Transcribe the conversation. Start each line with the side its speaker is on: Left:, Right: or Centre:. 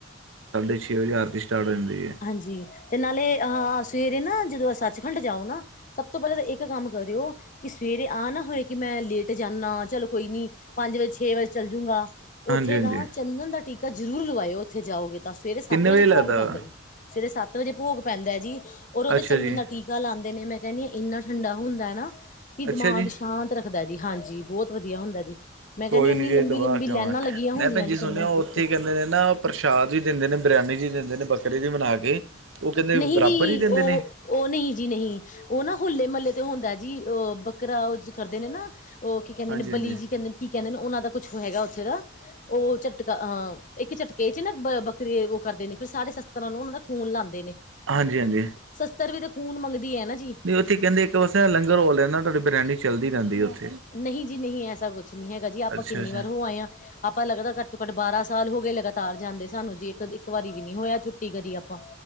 Right: ਸਾਢੇ ਛੇ ਵਜੇ ਆਰਤੀ ਸਟਾਰਟ ਜਾਂਦੀ ਐ।
Left: ਹਾਂਜੀ, ਤੇ ਨਾਲੇ, ਅਹ ਸਵੇਰੇ ਨਾ ਜਦੋਂ ਸੱਚਖੰਡ ਜਾਓ ਨਾ ਸਭ ਤੋਂ ਪਹਿਲਾਂ ਤਾਂ ਇੱਕ ਕੰਮ ਕਰਿਓ ਕਿ ਸਵੇਰੇ ਆ ਨਾ ਹੋਏ ਕਿ ਮੈਂ ਲੇਟ ਜਾਂਨਾਂ, ਚਲੋ ਕੋਈ ਨੀ ਪੰਜ ਵਜੇ, ਛੇ ਵਜੇ ਚਲ ਜੂ ਗਾ।
Right: ਹਾਂਜੀ
Left: ਓਥੇ
Right: ਹਾਂਜੀ
Left: ਦਾ ਚੰਦਨ ਦਾ ਟੀਕਾ ਜ਼ਰੂਰ ਲਵਾਇਓ ਉੱਥੇ ਜਾਓਗੇ ਤਾਂ, ਸਵੇਰੇ ਸੱਤ
Right: ਕਿੰਨੇ
Left: ਵਜੇ
Right: ਲੱਗਦਾ
Left: ਭੋਗ ਪੈਂਦਾ
Right: ਵਾ
Left: ਜੀ। ਸਵੇਰੇ ਸੱਤ ਵਜੇ ਭੋਗ ਪੈਂਦਾ ਜੀ, ਔਰ ਉਹ ਤੇ
Right: ਅੱਛਾ
Left: ਚੰਦਨ
Right: ਜੀ
Left: ਦਾ ਟੀ ਕਾ ਲਾਂਦੇ ਨੇ, ਮੈਂ ਕਹਿੰਨੀ ਆਂ ਇੰਨਾ ਠੰਡਾ ਹੁੰਦਾ ਨਾ ਕਿ ਦਿਮਾਗ
Right: ਅੱਛਾ ਜੀ
Left: ਸ਼ਾਂਤ ਰੱਖਦਾ ਜੀ, ਹਾਂਜੀ, ਬਹੁਤ ਵਧੀਆ ਹੁੰਦਾ ਜੀ। ਮੈਂ
Right: ਕੋਈ
Left: ਕਹਿੰਦੀ ਇੰਨੀ
Right: ਨੀ ਜੀ
Left: ਲੰਬੀ
Right: ਲਵਾ
Left: ਲੰਬੀ
Right: ਕੇ
Left: ਲਾਈਨਾਂ
Right: ਆਵਾਂ,
Left: ਲੱਗੀਆਂ ਹੁੰਦੀਆਂ
Right: ਮੈਂ ਭੈਣ ਜੀ ਸੁਣਿਆ
Left: ਚੰਦਨ ਦੇ
Right: ਓਥੇ
Left: ਟੀਕੇ
Right: ਕਹਿੰਦੇ ਨੇ ਨਾ ਪ੍ਰਸ਼ਾਦ ਵੀ ਦਿੰਦੇ ਨੇ, ਬਰਿਆਨੀ ਜੀਦਿੰਦੇ ਨੇ ਬੱਕਰੇ ਦੀ ਬਣਾ ਕੇ ਉਹ ਕਹਿੰਦੇ
Left: ਨਹੀਂ
Right: ਬਰਾਬਰ
Left: ਜੀ
Right: ਈ ਦਿੰਦੇ
Left: ਉਹ
Right: ਨੇ?
Left: ਉਹ ਨਹੀਂ ਜੀ ਨਹੀਂ, ਉਹ ਹੌਲੇ-ਮੱਲੇ ਤੇ ਹੁੰਦਾ ਜੀ, ਅ ਬੱਕਰਾ ਅ ਜ ਕਰਦੇ ਨੇ ਨਾ। ਉਹ ਕੀ ਕਹਿੰਦੇ
Right: ਹਾਂਜੀ
Left: ਨੇ
Right: ਹਾਂਜੀ
Left: ਬਲੀ ਜੀ ਕਹਿੰਦੇ ਨੇ ਕੀ ਕਹਿੰਦੇ ਨੇ ਉਹਨਾਂ ਦਾ ਕੁੱਛ ਹੈਗਾ ਉੱਥੇ ਦਾ ਉਹ ਝਟਕਾ ਅਹ ਇੱਕ ਝਟਕੇ 'ਚ' ਨਾ ਵੱਖਰੀ ਉਹ ਕਰਦੇ ਨੇ ਫਿਰ ਸਾਰੇ ਸ਼ਸਤਰਾਂ ਨੂੰ ਉਹਨਾ ਦਾ ਖੂਨ ਲਾਂਦੇ' ' <unintelligible>
Right: ਹਾਂਜੀ-ਹਾਂਜੀ।
Left: ਸ਼ਸਤਰ ਵੀ ਤੇ ਖੂਨ ਮੰਗਦੀ ਐ ਨਾ ਜੀ।
Right: ਉੱਥੇ ਕਹਿੰਦੇ ਇੱਕ ਵਸ ਲੰਗਰ ਓ ਲੈਂਦਾ ਤੁਹਾਡੀ ਬਰਿਆਨੀ ਚੱਲਦੀ ਰਹਿੰਦੀ ਆ ਓਥੇ।
Left: ਨਹੀਂ ਜੀ ਨਹੀਂ, ਐਸਾ ਕੁੱਛ ਨਹੀਂ ਹੈਗਾ ਜੀ, ਆਪਾਂ
Right: ਅੱਛਾ
Left: ਕਿੰਨੀ
Right: ਅੱਛਾ
Left: ਵਾਰੋਂ ਹੋ ਆਏ ਆ। ਆਪਾਂ ਲੱਗਦਾ ਘੱਟ ਤੋਂ ਘੱਟ ਬਾਰਾਂ ਸਾਲ ਹੋ ਗਏ ਲਗਾਤਾਰ ਜਾਂਦੇ ਸਾਨੂੰ ਜੀ। ਇੱਕ, ਇੱਕ ਵਾਰੀ ਵੀ ਨੀ ਹੋਇਆ ਛੁੱਟੀ ਕਰੀ ਆਪਾਂ।